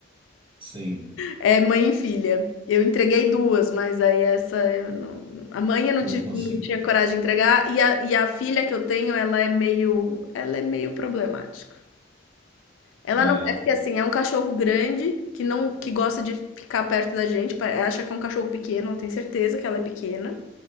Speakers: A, on the right; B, on the left.
A: Sim,
B: É mãe e filha. Eu entreguei duas, mas aí essa eu não... A mãe eu não,
A: não
B: tive,
A: consigo.
B: não tinha coragem de entregar, e a, e a filha que eu tenho, ela é meio. Ela é meio problemática. Ela
A: É, é.
B: não. É porque assim, é um cachorro grande que não que gosta de ficar perto da gente. pa- Ela acha que é um cachorro pequeno, ela tem certeza que ela é pequena.